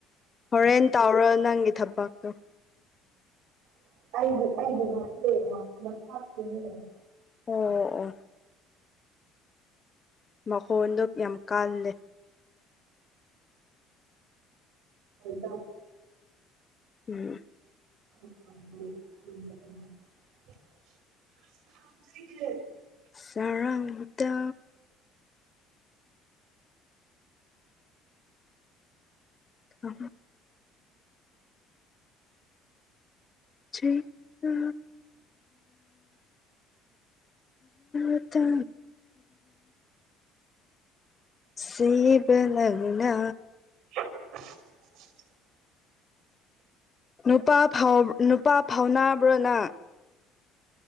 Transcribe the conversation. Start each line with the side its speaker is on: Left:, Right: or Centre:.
Left: ꯍꯣꯔꯦꯟ ꯇꯥꯎꯔ ꯅꯪꯒꯤ ꯊꯕꯛꯇꯣ
Right: ꯑꯩꯒꯤ ꯑꯩꯒꯤꯦ ꯍꯥꯅꯦ
Left: ꯑꯣ ꯑꯣ ꯃꯈꯣꯟꯗꯨ ꯌꯥꯝ ꯀꯥꯜꯂꯦ
Right: ꯆ
Left: ꯎꯝ
Right: <unintelligible>
Left: ꯆꯥꯎꯔꯥꯡꯗ ꯑ ꯆ ꯇ ꯑ ꯇ ꯁꯤꯕ ꯅꯪꯅ
Right: <unintelligible>
Left: ꯅꯨꯄꯥ ꯅꯨꯄꯥ ꯐꯥꯎꯕ꯭ꯔꯅ